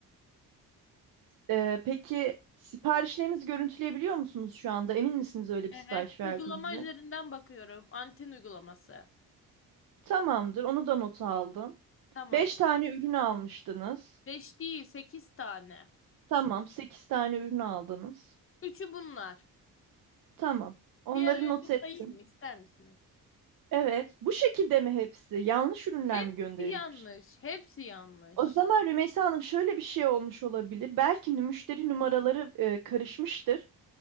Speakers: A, on the right; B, on the left.
A: Ee, peki siparişlerinizi görüntüleyebiliyor musunuz şu anda? Emin misiniz öyle
B: Evet.
A: bir sipariş verdiğinize?
B: Uygulama üzerinden bakıyorum. Anten uygulaması.
A: Tamamdır, onu da nota aldım.
B: Tamam.
A: Beş tane ürün almıştınız.
B: 5 değil 8 tane.
A: Tamam, 8 tane ürün aldınız.
B: Üçü bunlar.
A: Tamam. Onları
B: Diğerlerini
A: not
B: de
A: ettim.
B: sayayım mı? İster misiniz?
A: Evet. Bu şekilde mi hepsi? Yanlış ürünler
B: Hepsi
A: mi gönderilmiş?
B: yanlış. Hepsi yanlış.
A: O zaman Rümeysa Hanım şöyle bir şey olmuş olabilir. Belki de müşteri numaraları e, karışmıştır.